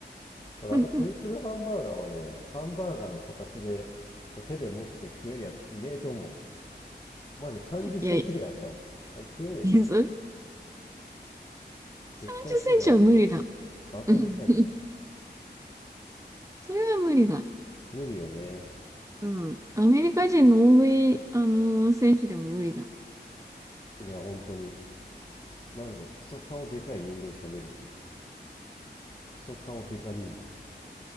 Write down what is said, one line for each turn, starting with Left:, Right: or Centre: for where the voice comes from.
Left: ただあのトリプルハンバーガーはねハンバーガーの形でこう手で持って食えるやついねえと思
Right: <laughs>
Left: うマジ3 0センチぐらいあったもんあれ食えねえって
Right: いや、いや、それ30センチは無理だ。
Left: 絶対食えないあんなのバカでかいって
Right: <laughs> それは無理だ。
Left: 無理よね
Right: うん。アメリカ人の欧米、あのー選手でも無理だ。
Left: いや本当に
Right: うん
Left: マジでクソ顔でかい人間しか無理よクソ顔でか人間